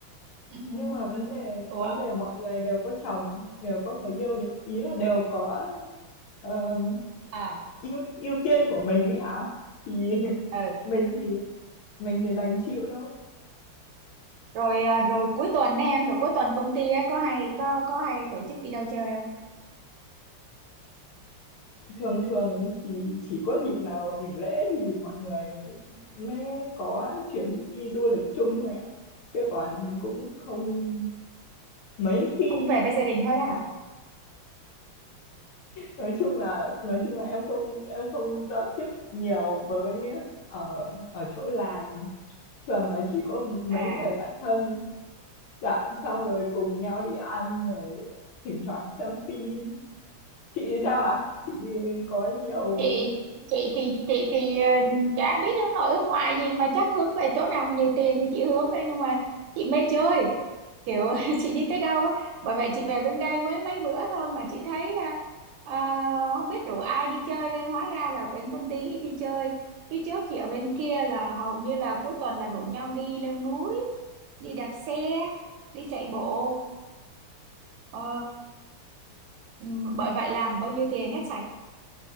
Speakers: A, on the right (about 85°); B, on the left (about 75°).
A: Ừm,
B: nhưng mà vấn đề
A: ủa
B: vấn đề mọi người đều có chồng đều có người yêu đều- ý là đều có ờm,
A: à
B: ưu ưu tiên của mình ấy hả thì <laughs>
A: ừ
B: mình thì mình thì đành chịu thôi
A: rồi à, rồi cuối tuần ấy em rồi cuối tuần công ty á, có hay có có hay tổ chức đi đâu chơi không
B: thường thường thì chỉ có dịp nào nghỉ lễ thì mọi người mới có chuyến đi du lịch chung thôi ạ chứ còn cũng không mấy khi
A: cũng về với gia đình hết á hả
B: nói chung là nói chung là em không em không giao tiếp nhiều với ở ở chỗ làm thường là chỉ có mấy
A: à
B: người bạn thân dạ xong rồi cùng nhau đi ăn rồi thỉnh thoảng xem phim chị thì sao ạ chị có nhiều
A: chị chị thì chị thì ờ, chả biết hướng nội hướng ngoại gì mà chắc hướng về chỗ nào mà nhiều tiền thì chị hướng thôi nhưng mà chị mê chơi kiểu <laughs> chị đi tới đâu á bởi vậy chị về bên đây mới mấy bữa thôi mà chị thấy à, à, không biết rủ ai đi chơi đây hóa ra là bên công ty ít đi chơi phía trước chị ở bên kia là hầu như là cuối tuần là rủ nhau đi leo núi đi đạp xe đi chạy bộ ờ, ừ, bởi vậy làm bao nhiêu tiền hết sạch